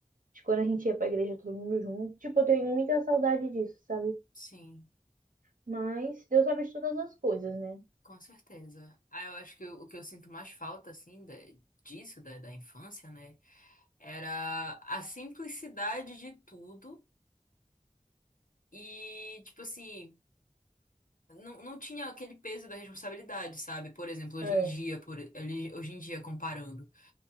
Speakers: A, on the right (about 80°); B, on the left (about 80°).
A: de quando a gente ia pra igreja todo mundo junto. Tipo, eu tenho muita saudade disso, sabe?
B: sim,
A: Mas Deus sabe de todas as coisas, né?
B: com certeza. Ah, eu acho que o o que eu sinto mais falta, assim, da- disso, da, da infância, né? Era a simplicidade de tudo e, tipo assim, não, não tinha aquele peso da responsabilidade, sabe? Por exemplo, hoje
A: É.
B: em dia, por, hoje em dia comparando.